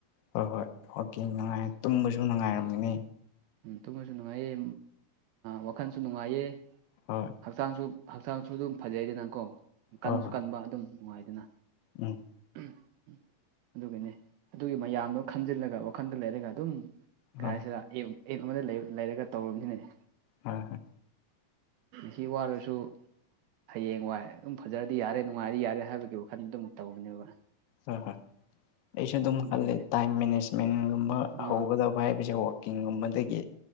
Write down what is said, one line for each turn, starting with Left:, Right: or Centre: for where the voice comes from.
Left: ꯍꯣꯏ ꯍꯣꯏ ꯑꯣꯀꯦ ꯅꯨꯡꯉꯥꯏ ꯇꯨꯝꯕꯁꯨ ꯉꯥꯏꯔꯝꯃꯤꯅꯤ
Right: ꯇꯨꯝꯅꯁꯨ ꯅꯨꯡꯉꯥꯏꯌꯦ ꯋꯥꯈꯜꯁꯨ ꯅꯨꯡꯉꯥꯏꯌꯦ
Left: ꯍꯣꯏ
Right: ꯍꯛꯆꯥꯡꯁꯨ ꯍꯛꯆꯥꯡꯁꯨ ꯑꯗꯨꯝ ꯐꯖꯩꯗꯅꯀꯣ
Left: ꯍꯣꯏ
Right: ꯀꯟꯁꯨ
Left: ꯍꯣꯏ
Right: ꯀꯟꯕ ꯑꯗꯨꯝ ꯅꯨꯡꯉꯥꯏꯗꯅ
Left: ꯎꯝ
Right: ꯎꯝ ꯎ ꯑꯗꯨꯒꯒꯤꯅꯦ ꯑꯗꯨꯒꯤ ꯃꯌꯥꯝꯗꯣ ꯈꯟꯖꯤꯜꯂꯒ ꯋꯥꯈꯜꯗ ꯂꯩꯔꯒ ꯑꯗꯨꯝ
Left: ꯍꯣꯏ
Right: ꯀꯥꯏꯁꯤꯗ ꯑꯦꯞ ꯑꯦꯞ ꯑꯃꯗ ꯂꯩꯔꯒ ꯇꯧꯔꯝꯁꯤꯅꯦꯅꯦ
Left: ꯍꯝ
Right: ꯁꯤ ꯋꯥꯔꯁꯨ ꯍꯌꯦꯡ ꯋꯥꯏ ꯑꯗꯨꯝ ꯐꯖꯔꯗꯤ ꯌꯥꯔꯦ ꯅꯨꯡꯉꯥꯏꯔꯗꯤ ꯌꯥꯔꯦ ꯍꯥꯏꯕꯒꯤ ꯋꯥꯈꯜꯗ ꯑꯗꯨꯝ ꯇꯧꯕꯅꯦꯕ
Left: ꯍꯣꯏ ꯍꯣꯏ ꯑꯩꯁꯨ ꯑꯗꯨꯝ
Right: ꯑꯗꯨꯒꯤꯅꯦ
Left: ꯈꯂꯦ ꯇꯥꯏꯝ ꯃꯦꯅꯦꯖꯃꯦꯟꯒꯨꯝꯕ
Right: ꯑꯥ
Left: ꯍꯧꯒꯗꯕ ꯍꯥꯏꯕꯁꯦ ꯋꯥꯛꯀꯤꯡꯒꯨꯝꯕꯗꯒꯤ